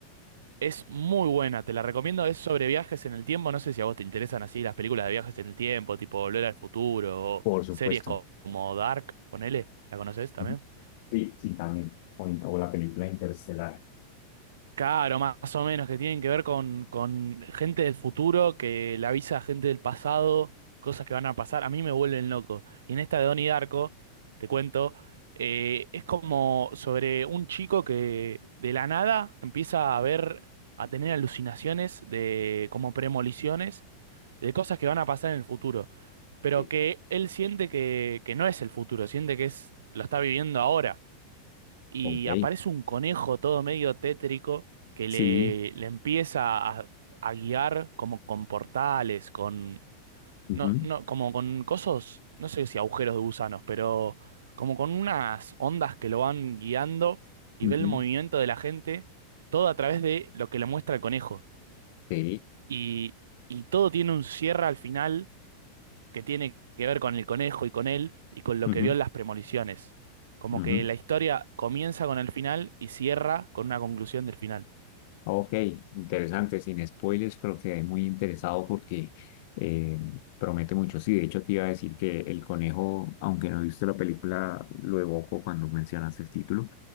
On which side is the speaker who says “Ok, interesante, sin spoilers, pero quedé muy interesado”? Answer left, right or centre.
Left